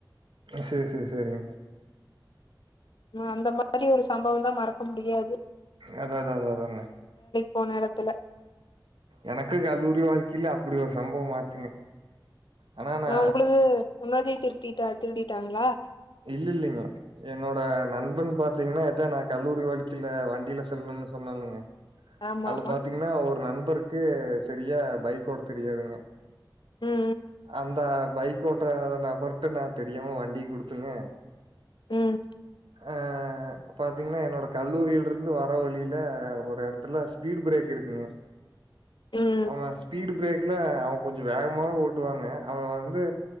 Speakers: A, on the right (about 85°); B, on the left (about 70°).
A: செரி செரி செரிங்க
B: அந்த மாதிரி ஒரு சம்பவம் தான் மறக்க முடியாது
A: அத அத அத அதாங்க
B: போனேடத்துல
A: எனக்கு கல்லூரி வாழ்க்கையில அப்டி ஒரு சம்பவம் ஆச்சுங்க ஆனா நா
B: ஆ உங்களுக்கு முன்னாடி திருட்டிட்டா திருடிட்டாங்களா
A: இல்லலைங்க என்னோட நண்பன் பார்த்தீங்கன்னா ஏதான் நான் கல்லூரி வாழ்க்கையில வண்டியில செல்லணும்னு சொன்னெலங்க
B: ஆமா
A: அது
B: ஆமா
A: பாத்தீங்கன்னா ஒரு நண்பன் நண்பருக்கு சரியா பைக் ஓட்ட தெரியாதுங்க
B: ம்
A: அந்த பைக் ஓட்றாத நபர்ட்ட நான் தெரியாம வண்டி கொடுத்து ங்க
B: உம்
A: அஹ பாத்தீங்கன்னா என்னோட கல்லூரியில இருந்து வர வழியில ஒரு இடத்துல ஸ்பீடு பிரேக் இருக்குங்க
B: ம்
A: ஆமா ஸ்பீடு பிரேக் பிரேக்ல அவன் கொஞ்சம் வேகமாக ஓட்டுவாங்க அவன் வந்து